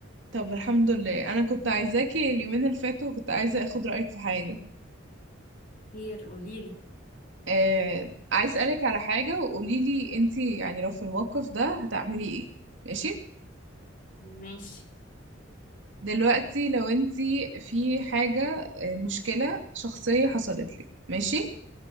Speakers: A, on the right; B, on the left.
A: طب الحمد لله انا كنت عايزاكي اليومين اللي فاتوا كنت عايزة اخد رأيك في حاجة
B: خير قوليلي
A: آه عايز اسألك على حاجة وقوليلي انتي يعني لو في الموقف ده هتعملي ايه ماشي؟
B: ماشي
A: دلوقتي لو انتي في حاجة آه، مشكلة شخصية حصلت لك ماشي؟